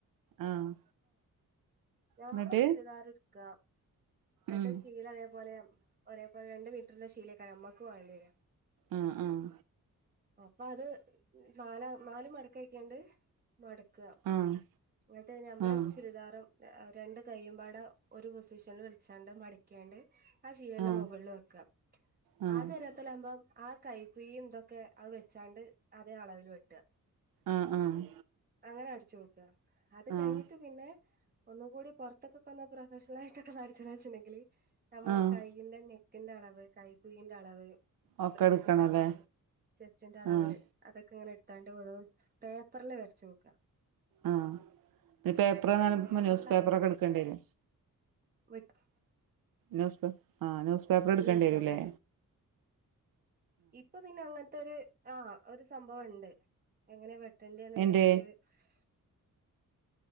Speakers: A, on the right; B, on the right.
A: ആഹ്
B: ഞമ്മള്
A: എന്നിട്ട്
B: ചുരിദാർ ഇട്ക്കാ എട്ട്
A: ഉം
B: ശീല അതേപോലെ ഒരേപോലെ രണ്ട് മീറ്ററിന്റെ ശീലൊക്കെ നമ്മക്ക് വാണ്ടേരാ
A: ആഹ് ആഹ്
B: അപ്പ അത് നാലാ നാല് മടക്കഴിക്കാണ്ട് മടക്ക
A: ആഹ്
B: ങ്ങട്ട് നമ്മളെ
A: ആഹ്
B: ചുരിദാറും രാ രണ്ട് കയ്യുമ്പാടെ ഒരു പൊസിഷനിൽ വെച്ചാണ്ട് മടിക്കിയാണ്ട് ആശീലന്റെ
A: ആഹ് ആഹ്
B: മുകളില് വെക്കാ
A: ആഹ്
B: ആദ്യൊരു ത്തലുമ്പം ആ കൈ കുയീ ഇതൊക്കെ അത് വെച്ചാണ്ട് അതേ അളവില് വെട്ടാ
A: ആഹ് ആഹ്
B: അങ്ങനെ അടിച്ചോക്കാ അത് കഴിഞ്ഞിട്ട്
A: ആഹ്
B: പിന്നെ ഒന്നും കൂടി പുറത്തൊക്കെ കൊന്ന് പ്രൊഫഷണൽ ആയിട്ടൊക്കെ നടിച്ചെന്ന് വെച്ച്ണ്ടെങ്കില് നമ്മളെ
A: ആഹ്
B: കൈ പിന്നെ നെക്കിന്റെ അളവ് കൈ കുയീന്റെ അളവ്
A: ഒക്കെ
B: ബ്രെസ്റ്റിന്റെ
A: എടുക്കണല്ലേ
B: അളവ് ചെസ്റ്റിന്റെ അളവ്
A: ആഹ്
B: അതൊക്കെ ഇങ്ങനെ എടുത്താണ്ട് വേ പേപ്പറില് വരച്ച് നോക്കാ
A: ആഹ് പി പേപ്പർ ന്നറീമ്പോ
B: പേപ്പറിൽ
A: ന്യൂസ് പേപ്പറൊക്കെ
B: അളവിട്ട്
A: എടുക്കണ്ടേരോ
B: വെട്ടും
A: ന്യൂസ്പേ ആഹ് ന്യൂസ് പേപ്പർ എടുക്കണ്ടേരൂല്ലേ
B: ന്യൂസ് പേപ്പർ ഇടുക ഇപ്പൊ പിന്നെ അങ്ങനത്തെ ഒരു ആഹ് ഒരു സംഭവണ്ട് എങ്ങനെ വെട്ടണ്ടേന്നില്ലേന്റെ
A: എന്തേ
B: ഒരു <unintelligible>